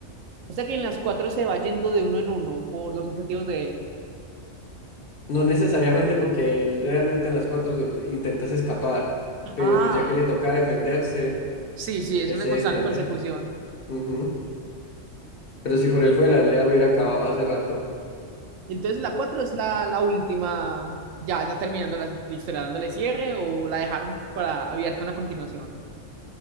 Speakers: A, on the right; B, on the left.
A: O sea que en las cuatro se va yendo de uno en uno por los objetivos de él.
B: No necesariamente porque él realmente en las cuatro sol- intentas escapar, pero
A: Ah,
B: pues ya que le toca defenderse,
A: sí, sí, es
B: él
A: una
B: se
A: constante
B: defiende.
A: persecución.
B: Ujú. Pero si por él fuera, él ya hubiera acabado hace rato.
A: Entonces la cuatro es la, la última, ya, ya terminando la, la historia, dándole cierre o la dejaron para abierta una continuación.